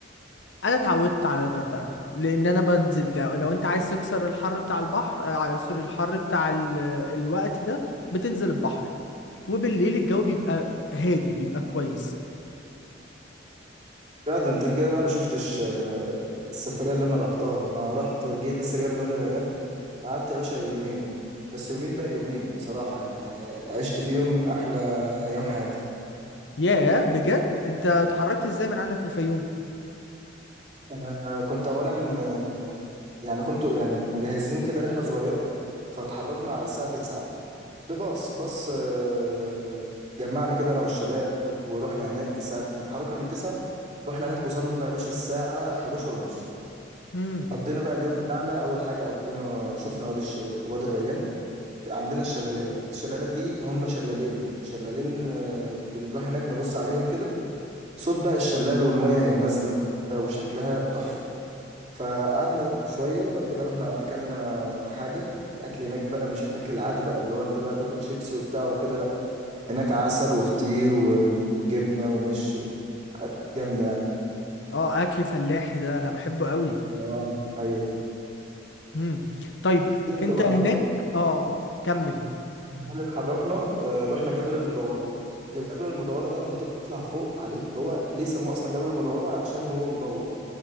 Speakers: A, on the left; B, on the right.
A: أنا اتعودت على الغردقة لأن أنا بنزل لو, لو أنت عايز تكسر الحر بتاع البحر آه، ع- سوري الحر بتاع ال- الوقت ده بتنزل البحر وبالليل الجو بيبقى هادي بيبقى كويس
B: ده ده انت كده بقى ما شفتش آه، السفريه اللي انا رحتها انا رحت جي لسه جاي من وادي الريان قعدت يا باشا يومين بس يومين بقى يومين بصراحه يعني آه، عشت فيهم احلى ايام حياتي
A: ياه بجد أنت اتحركت إزاي من عندك من الفيوم
B: انا كنت اولا آه، يعني كنت يعني مجهزين كده رحله صغيره فتحركنا على الساعه 9 بباص باص آه، جمعنا كده انا والشباب ورحنا هناك الساعه اتحركنا من 9 رحنا هناك وصلنا يا باشا الساعه 11 ونص
A: هم
B: قضينا بقى اليوم بتاعنا اول حاجه قضينا شفنا وادي الش... وادي الريان عندنا الشلالات الشلالات دي هم شلالين شلالين آه، بنروح هناك نبص عليهم كده صوت بقى الشلال والميه هي نازله وشكلها تحفه فقعدنا شويه وبعد كده رحنا اكلنا حاجه الاكل هناك بقى مش الاكل العادي بقى اللي هو انت بقى تاكل شيبسي وبتاع وكده لا هناك عسل وفطير وجبنه ومش و- حاجات جامده يعني
A: اه أكل فلاحي ده أنا بحبه قوي
B: اه ايوه
A: هم طيب
B: بس
A: أنت
B: وبعدين
A: هناك اه كمل
B: بعدين اتحركنا آه، رحنا جبل المدوره جبل المدوره ده لما تطلع فوق عليه هو ليه سموه اصلا جبل المدوره علشان هو مدور